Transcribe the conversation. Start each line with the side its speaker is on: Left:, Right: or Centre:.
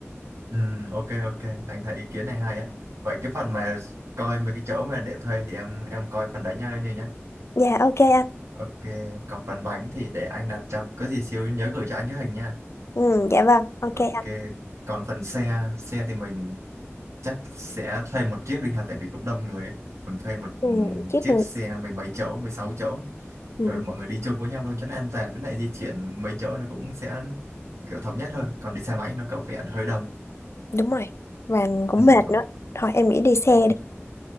Right: Ừ, ok ok. Anh thấy ý kiến này hay á. Vậy cái phần mà coi mấy cái chỗ mà để thuê thì em em coi phần đấy nha như nhá.
Left: Dạ ok anh.
Right: Ok, còn phần bánh thì để anh đặt cho. Có gì xíu nhớ gửi cho anh cái hình nha.
Left: Ừ, dạ vâng, ok
Right: Ok,
Left: anh.
Right: còn phần xe, xe thì mình chắc sẽ thuê một chiếc đi ha tại vì cũng đông người ấy. mình thuê một
Left: Ừ,
Right: ừm,
Left: chiếc
Right: chiếc
Left: người.
Right: xe mười mấy chỗ 16 chỗ
Left: Ừ,
Right: rồi mọi người đi chung với nhau luôn cho nó an toàn với lại di chuyển mấy chỗ nó cũng sẽ kiểu thống nhất hơn còn đi xe máy nó có vẻ hơi đông
Left: đúng rồi. Và cũng
Right: ừ,
Left: mệt
Right: o-
Left: nữa. Thôi em nghĩ đi xe
Right: o-
Left: đi.